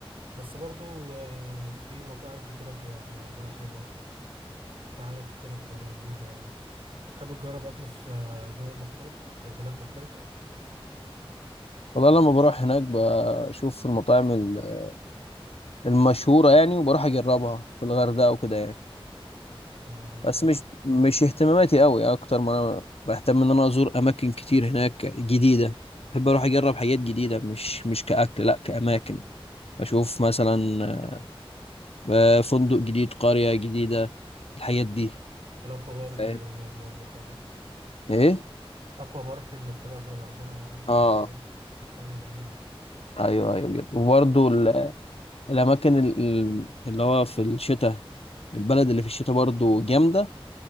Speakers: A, on the right (about 70°); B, on the left (about 80°).
A: بس برضو آه، في مطاعم كتيرة بتبقى في الغردقة حلوة في حاجات كتيرة بتبقى موجودة يعني تحب تجرب أكل في دول مختلفة في بلاد مختلفة؟
B: والله لما بروح هناك بشوف المطاعم ال- المشهورة يعني وبروح اجربها في الغردقة وكده يعني
A: اه هي
B: بس
A: حلو
B: مش مش اهتماماتي قوي اكتر ما انا بهتم ان انا ازور اماكن كتير هناك جديدة بحب اروح اجرب حاجات جديدة مش مش كأكل لا كأماكن اشوف مثلا آه، فندق جديد قرية جديدة الحاجات دي
A: الأكوا بارك
B: فاهم
A: اللي هناك برضو حلو
B: ايه
A: أكوا بارك اللي بتبقى في الغردقة أكبر
B: اه
A: أكوا بارك شكلها حلو جميلة
B: ايوه ايوه جدا وبرضه
A: ت- ت-
B: الأماكن ال- ال- اللي هو في الشتاء البلد اللي في الشتاء برضو جامدة